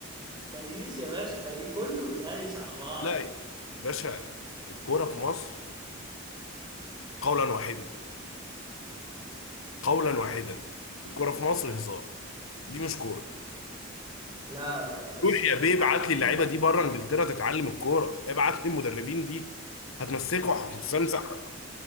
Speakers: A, on the right (about 20°); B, on the left (about 85°).
A: التهييس يا باشا تهييس كله بيهيس على بعضه
B: لا يا باشا الكوره في مصر قولا واحدا قولا واحدا الكوره في مصر هزار دي مش كوره
A: لا لا لا بس
B: روح
A: كل
B: يا بيه
A: حاجه
B: ابعت
A: ليها
B: لي اللعيبه دي بره انجلترا تتعلم الكوره ابعت لي المدربين دي هتمسكوا حسام سح-